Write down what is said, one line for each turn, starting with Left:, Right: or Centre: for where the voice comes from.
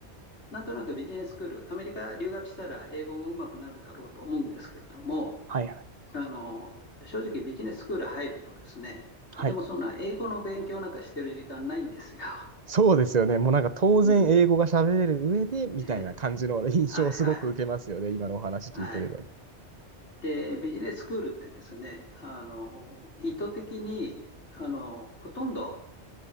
Left: なんとなくビジネススクール、アメリカ留学したら英語もうまくなるだろうと思うんですけれども、
Right: はいはい。
Left: あの、正直ビジネススクール入るとですね、とてもそんな英語の勉強なんかしてる時間ないんですよ。
Right: はい。そうですよね。もうなんか当然英語が喋れる上でみたいな感じの印象をすごく受けますよね。
Left: うん。ではいはい。
Right: 今のお話聞いてると。
Left: はい。で、ビジネススクールってですね、あの、意図的に、あの、ほとんど